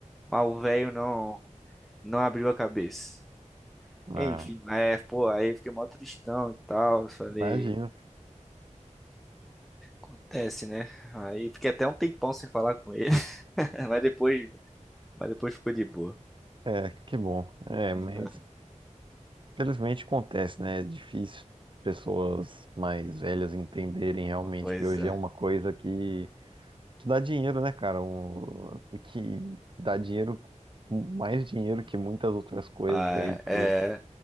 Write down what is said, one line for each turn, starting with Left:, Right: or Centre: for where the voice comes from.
Centre: mas o velho não não abriu a cabeça.
Right: Ah,
Centre: Enfim, é, pô, aí eu fiquei mó tristão e tal. eu Falei,
Right: imagino.
Centre: acontece, né? Aí fiquei até um tempão sem falar com ele, <laughs> mas depois, mas depois ficou de boa.
Right: É, que bom. É,
Centre: Uhum.
Right: mas Felizmente acontece, né? É difícil pessoas mais velhas entenderem realmente
Centre: Pois
Right: que hoje
Centre: é.
Right: é uma coisa que, que dá dinheiro, né, cara? Um- que dá dinheiro, mais dinheiro que muitas outras coisas
Centre: Ah,
Right: aí por
Centre: é,